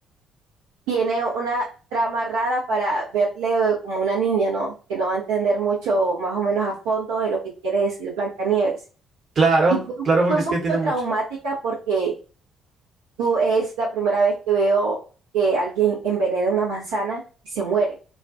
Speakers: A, on the right (about 70°); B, on the right (about 40°).
A: tiene una trama rara para verle eh, como una niña, ¿no? Que no va a entender mucho, más o menos a fondo, de lo que quiere decir Blancanieves.
B: Claro,
A: Y fue,
B: claro, porque
A: fue un
B: es
A: poquito
B: que tiene
A: traumática
B: mucho.
A: porque tú es la primera vez que veo que alguien envenena una manzana y se muere,